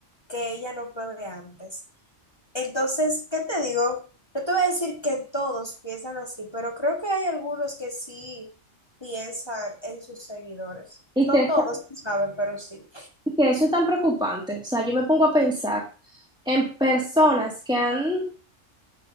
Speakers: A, on the left; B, in the centre.
A: que ella no pruebe antes. Entonces, ¿qué te digo? No te voy a decir que todos piensan así, pero creo que hay algunos que sí piensan en sus seguidores.
B: Y
A: No
B: que, eso-
A: todos, tú sabes, pero sí.
B: y que eso es tan preocupante. O sea, yo me pongo a pensar en personas que han,